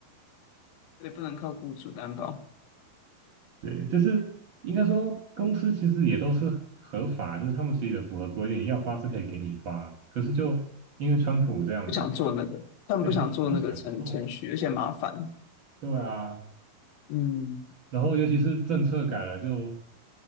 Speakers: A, on the left (about 75°); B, on the right (about 65°).
A: 对，不能靠雇主担保，
B: 对，就是应该说，公司其实也都是合法，就是他们其实也符合规定，要发是可以给你发。可是就因为川普这样子，
A: 不想，他们不想做那个程程序，
B: 对，他们就不想碰。
A: 而且麻烦，
B: 对啊，
A: 嗯，
B: 然后尤其是政策改了就，